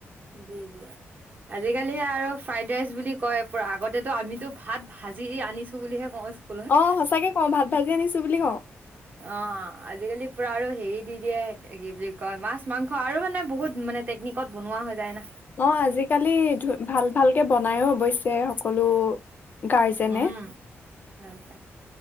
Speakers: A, on the right; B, on the left.
A: উম আজিকালিহে আৰু ফ্ৰাইড ৰাইচ বুলি কৈ পুৰা আগতেটো আমি ভাত ভাজি আনিছো বুলিহে কওঁ কুলত
B: অ সঁচাকে কওঁ ভাত ভাজি আনিছো বুলি কওঁ
A: অ' আজিকালি পুৰা আৰু হেৰি দি দিয়ে এই কি বুলি কৈ মাছ, মাংস আৰু মানে বহুত টেকনিকত বনোৱা হয়। যাই না
B: অ' আজিকালি ধু ভাল ভালকে বনাইও অৱশ্যে সকলো গাৰ্জেনে
A: উম হয় দিয়া